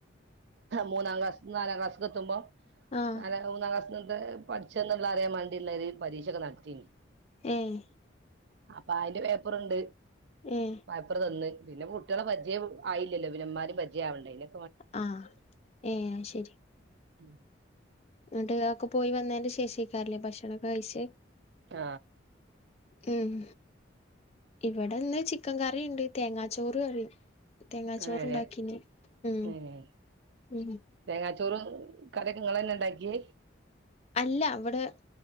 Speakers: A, on the right; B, on the left.
A: മൂന്നാം ക്ലാസ് നാലാം ക്ലാസ് എത്തുമ്പോ
B: ആഹ്
A: നാല മൂന്നാ ക്ലാസ് -- തെ പഠിച്ച ള അറിയാവാണ്ടില്ലാര് പരീഷക്കെ നടത്തിനി
B: ഏഹ്
A: അപ്പൊ അതിന്റെ പേപ്പറുണ്ട്
B: ഏഹ്
A: പാപ്പറ് തന്ന് പിന്നെ കുട്ടികളെ പരിജയ ആയില്ലോ വിനന്മാര് ഭജ ആവണ്ടതിന്
B: ആ ഏ അശരി
A: ഉം
B: ന്നങ്ങട്ട് ആക്കെ പോയി വന്നതില് ശേഷിക്കാറില്ലേ ഭക്ഷണക്കെ കഴിച്ചെ
A: ആ
B: ഉം ഇവിടെ ഇന്ന് ചിക്കൻ കറിണ്ട് തേങ്ങാച്ചോറ് കറി തെങ്ങാച്ചോറ്
A: അങ്ങനെ
B: ഉണ്ടാക്കിനി ഉ
A: ഉം
B: ഉ
A: തേങ്ങാച്ചോറും കറിയൊക്കെ ഇങ്ങളഞ്ഞെ ഉണ്ടാക്കിയ
B: അല്ല ഇവിടെ